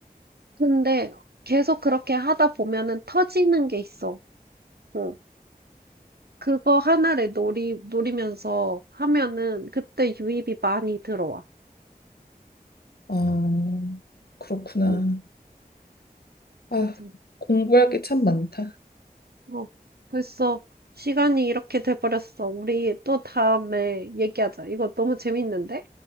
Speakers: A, on the right (about 85°); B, on the left (about 80°).
A: 근데 계속 그렇게 하다 보면은 터지는 게 있어. 어. 그거 하나를 노리, 노리면서 하면은 그때 유입이 많이 들어와.
B: 아, 그렇구나.
A: 응.
B: 아,
A: 맞아.
B: 공부할 게 참 많다.
A: 어, 벌써 시간이 이렇게 돼버렸어. 우리 또 다음에 얘기하자. 이거 너무 재밌는데?